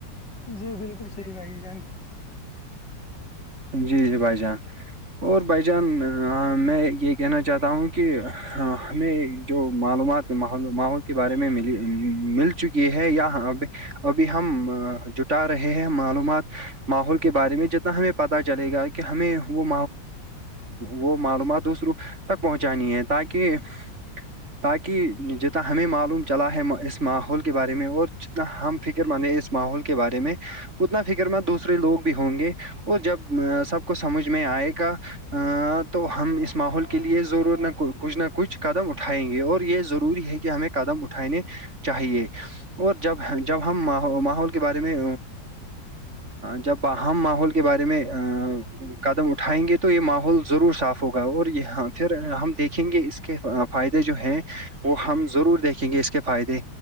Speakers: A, on the left; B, on the right.
A: جی بالکل صحیح بھائی جان
B: جی جی بھائی جان اور بھائی جان میں یہ کہنا چاہتا ہوں کہ ہمیں جو معلومات ماحول کے بارے میں م مل چکی ہے یا پہ ابھی ہم جٹا رہے ہیں معلومات ماحول کے بارے میں جتنا ہمیں پتا چلے گا کہ ہمیں وہ وہ معلومات دوسروں تک پہنچانی ہے تاکہ تاکہ جتنا ہمیں معلوم چلا ہے اس ماحول کے بارے میں اور جتنا ہم فکر مند اس ماحول کے بارے میں اتنا فکر مند دوسرے لوگ بھی ہوں گے وہ جب سب کو سمجھ میں آئے گا تو ہم اس ماحول کے لیے ضرور نہ کچھ نہ کچھ قدم اٹھائیں گے اور یہ ضروری ہے کہ ہمیں قدم اٹھانے چاہیے اور جب جب ہم ماحول کے بارے میں جب ہم ماحول کے بارے میں قدم اٹھائیں گے تو تو یہ ماحول ضرور صاف ہوگا اور یہاں پھر ہم دیکھیں گے اس کے فائدے جو ہیں وہ ہم ضرور دیکھیں گے اس کے فائدے